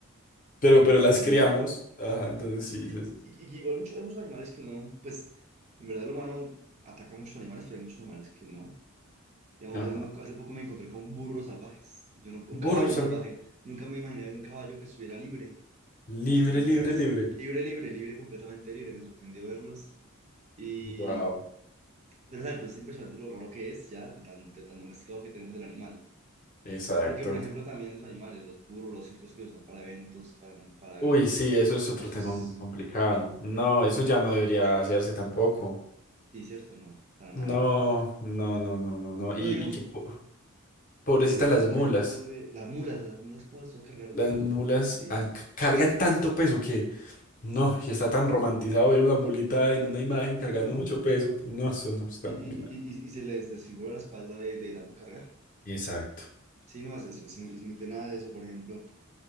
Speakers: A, on the left; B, on the right.
A: Pero, pero las
B: Sí,
A: criamos, ajá, entonces
B: y,
A: sí, es-
B: y- y- y igual muchos, hay muchos animales que uno, pues, en verdad el humano ataca a muchos animales, pero hay muchos animales que no. Digamos,
A: ajá.
B: hace, mu- hace poco me encontré con burros salvajes. Yo no, un
A: Burro
B: caballo
A: salvaje.
B: salvaje. Nunca me imaginé ver un caballo que estuviera libre.
A: Libre,
B: Nunca
A: libre,
B: es.
A: libre.
B: Libre, libre, libre, completamente libre. Me sorprendió verlos. Y,
A: Wow,
B: pero exacto, es impresionante lo raro que es ya, de tan, de tan domesticado que tenemos el animal.
A: exacto.
B: Porque, por ejemplo, también los animales, los burros, los circos que usan para eventos, para, para...
A: Uy, sí, eso es otro
B: Eso
A: tema
B: es...
A: muy complicado. No, eso ya no debería hacerse tampoco.
B: Sí, cierto, no, para nada,
A: No,
B: para nada.
A: no, no, no, no, no. Y,
B: Pero digamos,
A: y que po- pobrecitas
B: ¿tú qué piensas,
A: las
B: por
A: mulas.
B: ejemplo, de las mulas? Las mulas, ¿cómo las va a cargar
A: Las
B: de duro?
A: mulas
B: Sí,
A: han-
B: sí.
A: cargan tanto peso que no, y está tan romantizado ver una mulita en una imagen
B: Sí,
A: cargando
B: no, no,
A: mucho
B: no.
A: peso. No, eso no está
B: Y, y,
A: muy
B: y, y y se les desfigura la espalda de, de tanto cargar.
A: Exacto.
B: Sí, no, es, es, es muy, es muy tenaz eso, por ejemplo.